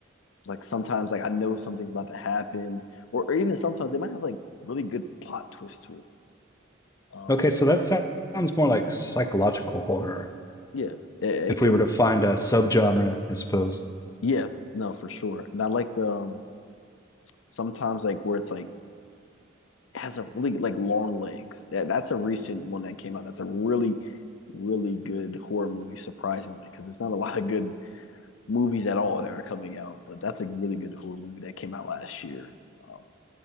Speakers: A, on the left; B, on the left.
A: like sometimes like I know something's about to happen, or, or even sometimes they might have like really good plot twist to it. Um,
B: Okay, so that sou- sounds more like psychological horror,
A: yeah, it, it
B: if
A: could
B: we were to find a subgenre, I suppose.
A: Yeah, no, for sure. And I like the um, sometimes like where it's like has a really like long legs. Yeah, that's a recent one that came out. That's a really, really good horror movie, surprisingly, because there's not a <laughs> lot of good movies at all that are coming out. But that's a really good horror movie that came out last year. Um,